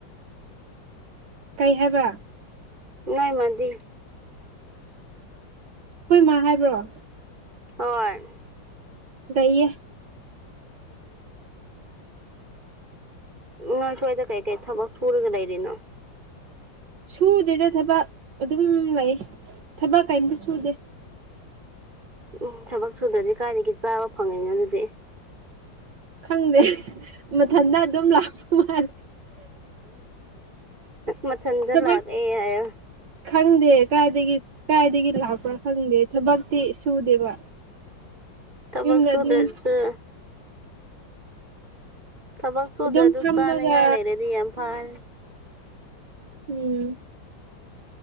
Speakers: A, on the right; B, on the right.
A: ꯀꯩ ꯍꯥꯏꯕ
B: ꯅꯣꯏ ꯃꯥꯗꯤ
A: ꯈꯣꯏ ꯃꯥ ꯍꯥꯏꯕ꯭ꯔꯣ
B: ꯍꯣꯏ
A: ꯂꯩꯌꯦ
B: ꯅꯣꯏ ꯁ꯭ꯋꯥꯏꯗ ꯀꯩꯀꯩ ꯊꯕꯛ ꯁꯨꯔꯒ ꯂꯩꯔꯤꯅꯣ
A: ꯁꯨꯗꯦꯗ ꯊꯕꯛ ꯑꯗꯨꯝ ꯂꯩ ꯊꯕꯛ ꯀꯩꯝꯇ ꯁꯨꯗꯦ
B: ꯎꯝ ꯊꯕꯛ ꯁꯨꯗ꯭ꯔꯗꯤ ꯀꯥꯏꯗꯒꯤ ꯆꯥꯕ ꯐꯪꯉꯤꯅꯣ ꯑꯗꯨꯗꯤ
A: ꯈꯪꯗꯦ ꯃꯊꯟꯇ ꯑꯗꯨꯝ ꯂꯥꯛꯄ ꯃꯥꯂꯦ
B: ꯃꯊꯟꯗ
A: ꯊꯕꯛ
B: ꯂꯥꯛ ꯑꯦ ꯍꯥꯏꯌꯣ
A: ꯈꯪꯗꯦ ꯀꯥꯏꯗꯒꯤ ꯀꯥꯏꯗꯒꯤ ꯂꯥꯛꯄ꯭ꯔꯥ ꯈꯪꯗꯦ ꯊꯕꯛꯇꯤ ꯁꯨꯗꯦꯕ
B: ꯊꯕꯛ
A: ꯌꯨꯝꯗ
B: ꯁꯨꯗ꯭ꯔꯥꯖꯨ
A: ꯑꯗꯨꯝ
B: ꯊꯕꯛ ꯁꯨꯗ꯭ꯔꯗꯨ
A: ꯑꯗꯨꯝ ꯐꯝꯃꯒ
B: ꯆꯥꯅꯤꯡꯉꯥꯏ ꯂꯩꯔꯗꯤ ꯌꯥꯝ ꯐꯔꯦ
A: ꯎꯝ